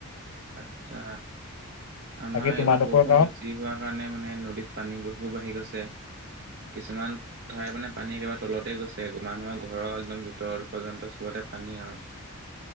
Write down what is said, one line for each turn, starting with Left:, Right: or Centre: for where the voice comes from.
Right: আত্চ্ছা। আমাৰ
Left: বাকী তোমালোকৰ
Right: এইবাৰ বৰষুণ
Left: গাঁৱত
Right: বেছ- টি হোৱাৰ কাৰণে মানে নদীত পানী বহু বাঢ়ি গৈছে। কিছুমান ঠাই মানে পানী একেবাৰে তলতে গৈছে গ, মানুহৰ ঘৰৰ একদম ভিতৰ পৰ্যন্ত চবতে পানী আৰু।